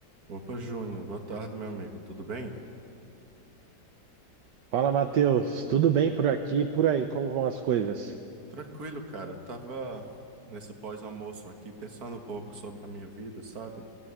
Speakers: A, on the right (about 55°); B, on the right (about 75°).
A: Opa, Júnior, boa tarde, meu amigo. Tudo bem?
B: Fala, Matheus. Tudo bem por aqui e por aí? Como vão as coisas?
A: Tranquilo, cara. Eu tava nesse pós-almoço aqui pensando um pouco sobre a minha vida, sabe?